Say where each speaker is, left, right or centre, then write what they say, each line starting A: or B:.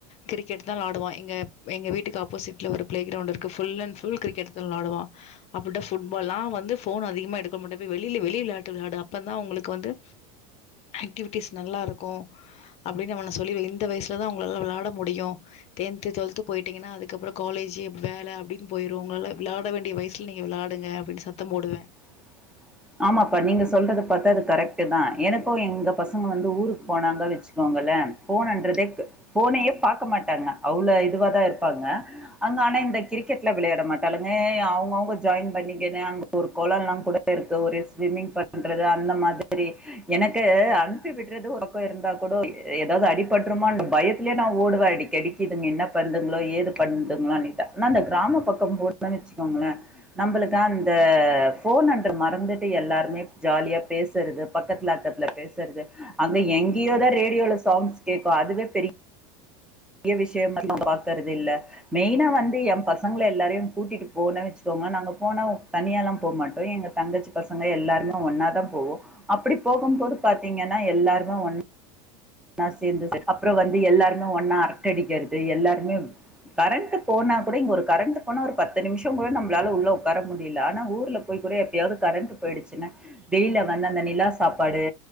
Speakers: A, on the left; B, in the centre.
A: கிரிக்கெட்தா விளாடுவா எங்க எங்க வீட்டுக்கு ஆப்போசிட்ல ஒரு ப்ளே கிரவுண்ட் இருக்கு ஃபுல் அன் ஃபுல் கிரிக்கெட்தா விளாடுவா அப்பட்ட ஃபுட்பால்லா வந்து ஃபோன் அதிகமா எடுக்க மாட்டே போய் வெளில வெளி விளாட்டு விளாடு அப்ப தா உங்களுக்கு வந்து ஆக்டிவிட்டிஸ் நல்லா இருக்கு அப்படினு அவன சொல்லி வை இந்த வயசுல தா உங்களால விளாட முடியு டென்த்து டுவெல்த் போயிட்டிங்கனா அதுக்கப்புற காலேஜு வேல அப்டினு போயுரு உங்களால விளாட வேண்டிய வயசுல நீங்க விளாடுங்க அப்படினு சத்தம் போடுவே
B: <inaudible> ஆமாப்பா நீங்க சொல்றது பாத்தா அது கரெக்ட் தா எனக்கு எங்க பசங்க வந்து ஊருக்கு போனாங்க வச்சுக்கோங் களே ஃபோனன்றதே ஃபோனையே பாக்க மாட்டாங்க அவ்ளோ இதுவா தா இருப்பாங்க அங்க ஆ னா இந்த கிரிக்கெட்லா விளையாட மாட்டாளுங்க அவுங்கவுங்க ஜாயின் பண்ணிகினு அங்க ஒரு கொளலா கூட இருக் கு ஒரு ஸ்விம்மிங் பண்றது அந்த மாதிரி எனக்கு அனுப்பி விடுறது ஒருக்க இருந்தா கோட எதாது அடிபட்ருமான் பயத்துலயே நா ஓடுவே அடிக்கடிக்கு இதுங்க என்ன பண்ணுங்ளோ ஏது பண்டுங்ளோனு ஆனா அந்த கிராம பக்கம் போனோன் வச்சுக்கோங்ளே நம்புளுக்கு அந்த ஃபோன் அண் மறந்துட்டு எல்லாருமே ஜாலியா பேசறது பக்கத்துல அக்கத்துல பேசறது அங்க எங்கயோ தா ரேடியோல சாங்ஸ் கேக்கு அதுவே பெரி ய விஷயமா நா பாக்கறதில்ல மெய்னா வந்து எம் பசங்கள எல்லாரையு கூட்டிட்டு போன வச்சுக்கோ நாங்க போன தனியாலா போ மாட்டோ எங்க தங்கச்சி பசங்க எல்லாருமே ஒண்ணா தா போவோ அப்பிடி போ கும்போது பாத்திங்கனா எல்லாருமே ஒண் ணா சேந்துசு அப்புற வந்து எல்லாருமே ஒன்னா அரட்ட அடிக்கிறது எல்லாருமே கரண்ட் போ னா கூட இங்க ஒரு கரண்ட் போன ஒரு பத்து நிமிஷங்கூட நம்மளால உள்ள உக்கார முடில ஆனா ஊர்ல போய் கூட எப்பயாது கரண்ட் போயிடுச்சுனா வெளில வந்து அந்த நிலா சாப்பாடு